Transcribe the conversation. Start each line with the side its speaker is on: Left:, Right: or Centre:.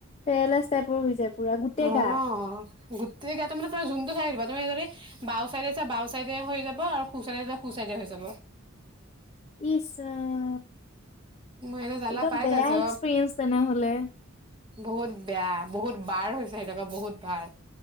Left: পেৰেলাইছ টাইপৰ হৈছে পুৰা গোটেই
Right: অ'
Left: গা
Right: গোটেই গা তোমান তম যোনটো চাই থিব তুম বাও চাইডে যা বাও চাইডে হৈ যাব আৰু হুচাইড চাইডে যা হু চাইে তে হৈ যাব
Left: ইছ ৰাম
Right: মই এনে জ্বালা
Left: একদম
Right: পাই
Left: বেয়া
Right: থাইছো
Left: এক্সপিৰিয়েঞ্চ তেনেহলে
Right: বহুত বেয়া বহুত বাৰ হৈছে সিনেকোৱা বহুত বাৰ